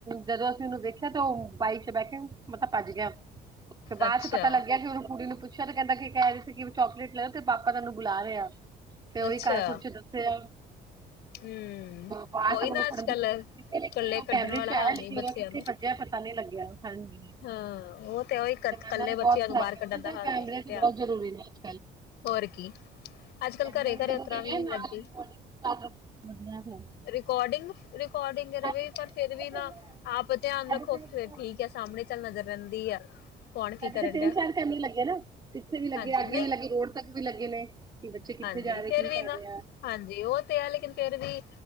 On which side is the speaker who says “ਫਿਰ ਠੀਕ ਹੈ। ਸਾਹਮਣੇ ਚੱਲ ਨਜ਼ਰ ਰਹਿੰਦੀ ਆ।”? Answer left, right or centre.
Left